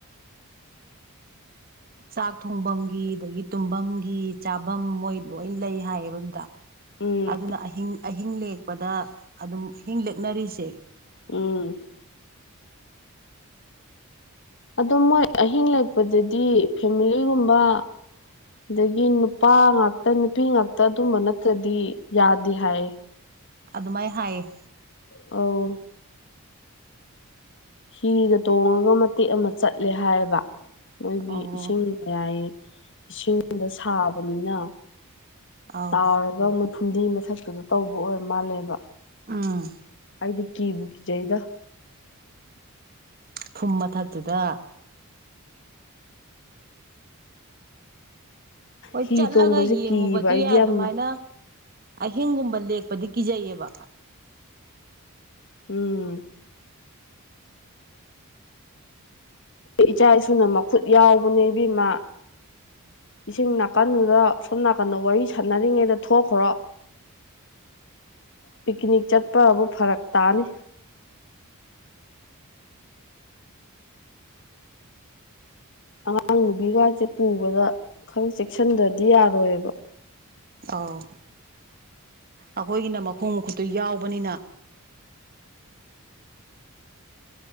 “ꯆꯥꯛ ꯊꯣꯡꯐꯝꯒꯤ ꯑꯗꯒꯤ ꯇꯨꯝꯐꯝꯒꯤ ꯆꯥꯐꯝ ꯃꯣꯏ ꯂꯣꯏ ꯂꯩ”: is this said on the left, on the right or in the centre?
Right